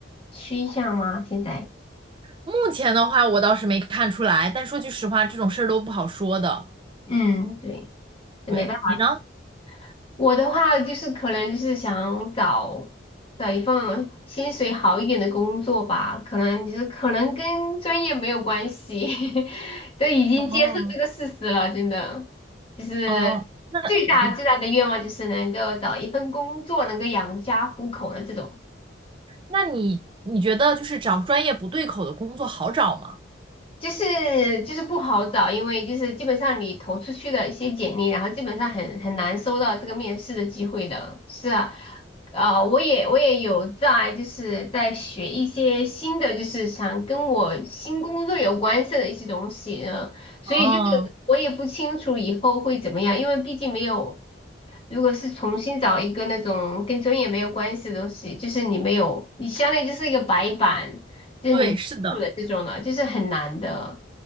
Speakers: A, on the left; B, on the right.
A: 趋向吗？现在？
B: 目前的话我倒是没看出来，但说句实话，这种事儿都不好说的。
A: 嗯，对，没办法。
B: 对，你呢？
A: 我的话就是可能就是想找找一份薪水好一点的工作吧，可能就是可能跟专业没有关系，<laughs> 都已经接受这个事实了，
B: 哦
A: 真的，就是最大最大的愿望就是能够找一份工作能够养家糊口的这种。
B: 哦，那。你。那你你觉得就是找专业不对口的工作好找吗？
A: 就是就是不好找，因为就是基本上你投出去的一些简历，然后基本上很很难收到这个面试的机会的。是啊，呃，我也我也有在就是在学一些新的，就是想跟我新工作有关系的一些东西呢，所以就是我也不清楚以后会怎么样，
B: 哦，
A: 因为毕竟没有，如果是重新找一个那种跟专业没有关系的东西，就是你没有，你相当于就是一个白板，就是零基础的这种了，
B: 对，是的，
A: 就是很难的。